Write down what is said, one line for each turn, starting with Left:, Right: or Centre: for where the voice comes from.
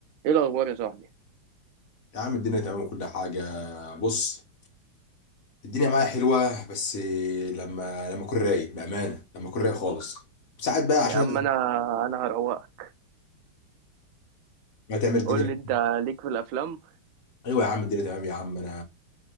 Right: ايه الاخبار يا صاحبي
Left: يا عم الدنيا تمام وكل حاجة بص الدنيا معايا حلوة بس لما لما أكون رايق بأمانة لما أكون رايق خالص ساعات بقى عشان
Right: يا عم انا انا هروقك
Left: ما تعمل الدنيا
Right: قول لي انت ليك في الافلام
Left: أيوة يا عم الدنيا تمام يا عم أنا